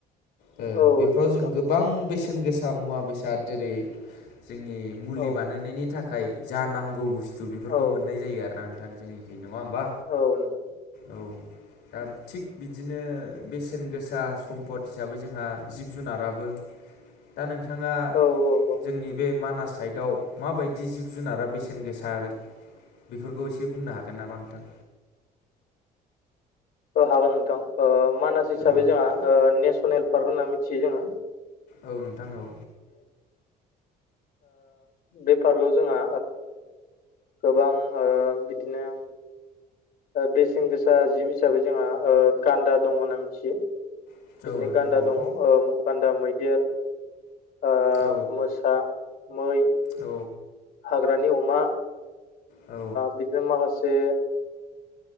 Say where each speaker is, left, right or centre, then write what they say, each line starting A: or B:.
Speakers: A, on the left (about 75°); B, on the left (about 60°).
A: ओ
B: औ
A: बेफोराव
B: नोंथां
A: जों गोबां
B: औ
A: बेसेन गोसा मुवा बेसाद जेरै जोंनि मुलि
B: औ
A: बानायनायनि थाखाय जा नांगौ बुस्थु बेफोरखौ
B: औ
A: मोननाय जायो आरो ना नोंथां जोंनिख नङा होमबा
B: औ नोंथां
A: औ दा थिग बिदिनो बेसेन गोसा सम्पद हिसाबै जोंहा जिब जुनाराबो दा नोंथाङा
B: औ औ
A: जोंनि बे मानास साइडआव माबायदि जिब -जुनारा बेसेन गोसा बेफोरखौ एसे बुंनो हागोन नामा नोंथां
B: हागोन नोंथां मानास हिसाबै
A: औ
B: जोंहा नेसनेल पार्क होनना मिथियो जोङो
A: औ नोंथां औ
B: बेफारखौ जोंहा गोबां बिदिनो बेसेन गोसा जिब हिसाबै जोंहा गान्दा दङ होनना मिथियो
A: औ
B: बिदिनो
A: नोंथां
B: गान्दा
A: औ
B: दङ गान्दा, मैदेर ओ
A: औ
B: मोसा मै
A: औ
B: हाग्रानि अमा
A: औ
B: बिदिनो माखासे